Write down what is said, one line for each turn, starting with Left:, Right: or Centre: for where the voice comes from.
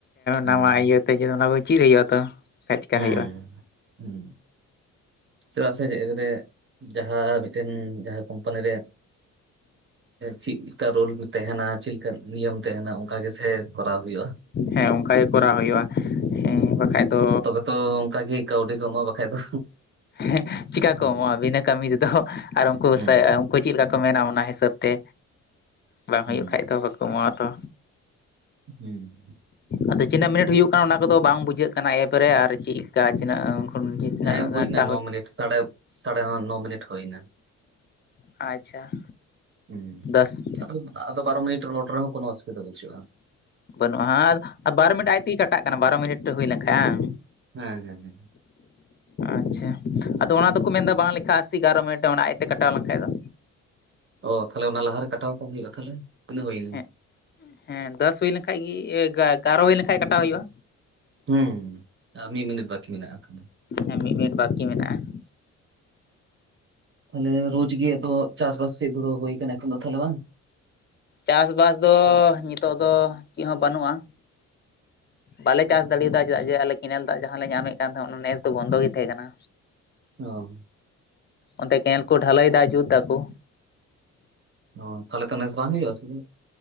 Right: ᱦᱮᱸ
Left: ᱱᱟᱣᱟ ᱤᱭᱟᱹᱛᱮ ᱚᱱᱟ ᱠᱚ ᱪᱤᱫ ᱦᱩᱭᱩᱜ-ᱟ ᱛᱚ᱾ ᱪᱮᱠᱟ
Right: ᱦᱮᱸ
Left: ᱦᱩᱭᱩᱜᱼᱟ᱾
Right: ᱦᱩᱸ ᱪᱮᱫᱟᱜ ᱥᱮ ᱡᱮ ᱵᱮᱨᱮᱫ ᱡᱟᱦᱟᱸ ᱢᱤᱫᱴᱮᱱ ᱡᱟᱦᱟᱸ ᱠᱳᱢᱯᱟᱱᱤ ᱨᱮᱼᱼ ᱪᱤᱫ ᱞᱮᱠᱟ ᱨᱳᱞ ᱛᱟᱦᱮᱱᱟ ᱪᱮᱫᱮ ᱞᱮᱠᱟ ᱱᱤᱭᱚᱢ ᱛᱟᱦᱮᱱᱟ ᱚᱱᱠᱟ ᱜᱮᱥᱮ ᱠᱚᱨᱟᱣ ᱦᱩᱭᱩᱜᱼᱟ᱾
Left: ᱦᱮᱸ ᱚᱱᱠᱟᱜ ᱜᱮ ᱠᱚᱨᱟᱣ ᱦᱩᱭᱩᱜᱼᱟ ᱦᱮᱸ ᱵᱟᱠᱷᱟᱡ ᱫᱚᱼᱼ
Right: ᱛᱚᱵᱮ ᱛᱚ ᱚᱱᱠᱟᱜᱮ ᱠᱟᱹᱣᱰᱤ ᱠᱚᱢᱚᱜ ᱵᱟᱠᱷᱟᱡ ᱫᱚ᱾
Left: ᱦᱮᱸ ᱪᱤᱠᱟ
Right: ᱦᱩᱸ
Left: ᱠᱚ ᱮᱢᱚᱜᱼᱟ ᱵᱤᱱᱟᱹ ᱠᱟᱹᱢᱤ ᱛᱮ ᱫᱚ᱾ ᱟᱨ ᱩᱱᱠᱩ
Right: ᱦᱩᱸ
Left: ᱩᱱᱠᱩ ᱪᱮᱫ ᱞᱮᱠᱟ ᱠᱚ ᱢᱮᱱᱟ ᱚᱱᱟ ᱦᱤᱥᱟᱹᱵ ᱛᱮ ᱵᱟᱝ
Right: ᱦᱩᱸ
Left: ᱦᱩᱭᱩᱜ ᱠᱷᱟᱡ ᱫᱚᱼᱼ ᱠᱚᱢᱟᱣ ᱛᱚ᱾
Right: ᱦᱩᱸ
Left: ᱟᱫᱚ ᱪᱤᱱᱟᱹᱜ ᱢᱤᱱᱤᱴ ᱦᱩᱭᱩᱜ ᱠᱟᱱᱟ ᱚᱱᱟ ᱠᱚᱫᱚ ᱵᱟᱝ ᱵᱩᱡᱷᱟᱹᱜ ᱠᱟᱱᱟ ᱮᱨᱯᱚ ᱨᱮ ᱟᱨ ᱪᱮᱫ ᱠᱟ ᱛᱤᱱᱟᱹᱜᱼᱼ <unintelligible>
Right: ᱦᱮᱸ ᱦᱩᱭᱱᱟ ᱱᱚ ᱢᱤᱱᱤᱴ ᱥᱟᱲᱮ ᱥᱟᱲᱮ ᱱᱚ ᱢᱤᱱᱤᱴ ᱦᱳᱭ ᱱᱟ᱾
Left: ᱟᱪᱪᱷᱟ
Right: ᱦᱩᱸ
Left: ᱫᱚᱥ
Right: ᱟᱫᱚ ᱵᱟᱨᱚ ᱢᱤᱱᱤᱴ ᱨᱚᱲ ᱨᱮ ᱦᱚᱸ ᱠᱳᱱᱳ ᱚᱥᱩᱵᱤ ᱫᱟ ᱯᱟᱪᱩᱜᱼᱟ᱾
Left: ᱵᱟᱹᱱᱩᱜᱼᱟ ᱵᱟᱨᱚ ᱢᱤᱱᱤᱴ ᱟᱡ ᱛᱮ ᱜᱮ ᱠᱟᱴᱟᱜ ᱠᱟᱱᱟ ᱵᱟᱨᱚ ᱢᱤᱱᱤᱴ ᱦᱩᱭ ᱞᱮᱱ ᱠᱷᱟᱱ ᱵᱟᱝ᱾
Right: ᱦᱮᱸ ᱦᱮᱸ ᱦᱮᱸ᱾
Left: ᱟᱪᱪᱷᱟ ᱟᱫᱚ ᱚᱱᱟ ᱫᱚ ᱠᱚ ᱢᱮᱱ ᱫᱟ ᱵᱟᱝ ᱞᱮᱠᱷᱷᱟᱜ ᱟᱥᱮ ᱵᱟᱨᱚ ᱢᱤᱱᱤᱴ ᱚᱱᱟ ᱟᱡ ᱛᱮ ᱠᱟᱴᱟᱣ ᱞᱮᱱ ᱠᱷᱟᱡ ᱫᱚ᱾
Right: ᱚ ᱛᱟᱦᱚ ᱞᱮ ᱚᱱᱟ ᱞᱟᱦᱟ ᱨᱮ ᱠᱟᱴᱟᱣ ᱠᱟᱜ ᱦᱳᱭᱳᱜᱼᱟ ᱛᱟᱦᱞᱮ ᱛᱤᱱᱟᱹᱜ ᱦᱩᱭ ᱮᱱᱟ,
Left: ᱦᱮᱸ ᱦᱮᱸ ᱫᱚᱥ ᱦᱩᱭ ᱞᱮᱱ ᱠᱷᱟᱡ ᱮᱜᱟᱨᱚ ᱦᱩᱭ ᱞᱮᱱ ᱠᱷᱟᱡ ᱠᱟᱴᱟᱣ ᱦᱳᱭᱳᱜᱼᱟ᱾
Right: ᱦᱩᱸ ᱢᱤᱫ ᱢᱤᱱᱤᱴ ᱵᱟᱠᱤ ᱢᱮᱱᱟᱜᱼᱟ᱾
Left: ᱦᱮᱸ ᱢᱤᱫ ᱢᱤᱱᱤᱴ ᱵᱟᱠᱤ ᱢᱮᱱᱟᱜᱼᱟ᱾
Right: ᱛᱟᱦᱞᱮ ᱨᱳᱡ ᱜᱮ ᱛᱚ ᱪᱟᱥ ᱵᱟᱥ ᱥᱮᱜ ᱫᱷᱩᱨᱟᱹᱣ ᱦᱩᱭ ᱠᱟᱱᱟ ᱮᱠᱷᱚᱱ ᱫᱚ ᱛᱟᱦᱞᱮ ᱵᱟᱝ,
Left: ᱪᱟᱥᱼᱵᱟᱥ ᱫᱚ ᱱᱤᱛᱚᱜ ᱫᱚ ᱪᱮᱫ ᱦᱚᱸ ᱵᱟᱹᱱᱩᱜᱼᱟ᱾ ᱵᱟᱞᱮ ᱪᱟᱥ ᱫᱟᱲᱮ ᱭᱟᱜ ᱪᱮᱫᱟᱜ ᱡᱮ ᱟᱞᱮ ᱠᱮᱱᱮᱞ ᱫᱟᱜ ᱡᱟᱦᱟᱸ ᱞᱮ ᱧᱟᱢᱮᱫ ᱠᱟᱱ ᱛᱟᱦᱮᱸᱫ ᱚᱱᱟ ᱱᱮᱥ ᱫᱚ ᱵᱚᱱ ᱫᱚ ᱜᱮ ᱛᱟᱦᱮᱸ ᱠᱟᱱᱟ᱾
Right: ᱚ
Left: ᱚᱱᱛᱮ ᱠᱮᱱᱮᱞ ᱠᱚ ᱰᱷᱟᱹᱞᱟᱹᱭ ᱮᱫᱟ ᱡᱩᱛ ᱫᱟᱠᱩ᱾
Right: ᱚ ᱛᱟᱦᱞᱮ ᱛᱚ ᱱᱮᱥ ᱵᱟᱝ ᱦᱩᱭᱩᱜ-ᱟ ᱥᱮ?